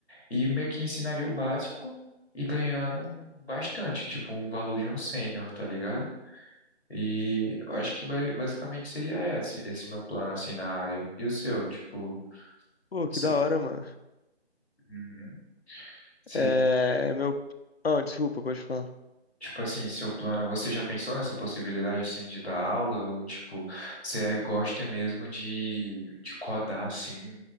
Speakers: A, in the centre; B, on the left.
A: E meio que ensinaria o básico e ganhando um- bastante, tipo um valor de um sênior, tá ligado? E eu acho que ba- basicamente seria esse, esse meu plano assim na área. E o seu, tipo,
B: Pô,
A: você,
B: que da hora, mano.
A: Uhum. Você-
B: É, meu. Ah, desculpa, pode falar.
A: tipo assim, seu plano, você já pensou nessa possibilidade assim de dar aula ou tipo, você gosta mesmo de, de codar assim